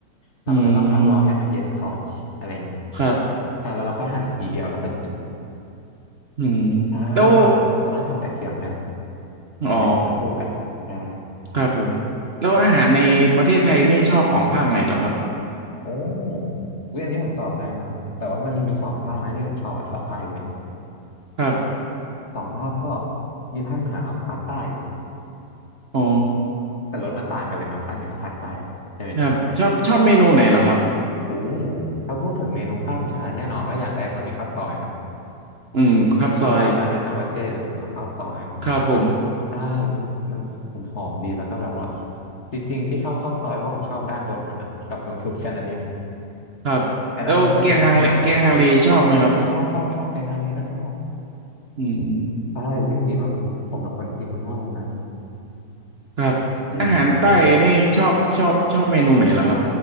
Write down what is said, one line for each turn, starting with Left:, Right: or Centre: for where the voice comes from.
Left: เราก็เลยต้องพักรอให้มันเย็นก่อนอะไรอย่างนี้
Right: อืมครับ
Left: ใช่แล้วเราค่อยหั่นทีเดียวแล้วก็กิน
Right: อืม
Left: ใช่บางคนก็ทำกระเทียมเลยนะ
Right: แล้วอ๋อ
Left: ทำมากินคู่กันใช่
Right: ครับผมแล้วอาหารในประเทศไทยนี่ชอบของภาคไหนเหรอครับ
Left: โอ้วิอยอันนี้ผมตอบง่ายมากเลยแต่ว่ามันมีสองภาคนะที่ผมชอบอะสองภาคอยู่เลย
Right: ครับ
Left: <laughs> สองภาคก็มีภาคเหนือกับภาคใต้
Right: อ๋อ
Left: แต่รสมันต่างกันเลยเนาะภาคเหนือกับภาคใต้ใช่ไหม
Right: ครับชอบชอบเมนูไหนเหรอครับ
Left: โอ้ถ้าพูดถึงเมนูภาคเหนือแน่นอนว่าอย่างแรกต้องมีข้าวซอยเนาะ
Right: อืมครับซอย
Left: <laughs> ชอบการจะทำประเทศกันเนาะข้าวซอยเนาะ
Right: ครับผม
Left: ใช่อุ๊ยมันหอมหอมดีแล้วก็แบบว่าจริงๆที่ชอบข้าวซอยเพราะผมชอบด้านบนมันอะกับน้ำซุปแค่นั้นเอง
Right: ครับแล้วเกียงฮังเลเกียงฮังเลชอบไหมครับ
Left: <laughs> ไอ้ด้านบนที่มันกรอบๆอะโอ้ยชอบชอบชอบแกงฮังเลก็ชอบ
Right: อืม
Left: ใช่อุ้ยจริงๆแบบผมผมเป็นคนกินง่ายนะ
Right: ครับอาหารใต้นี่ชอบชอบชอบเมนูไหนเหรอครับ
Left: เออ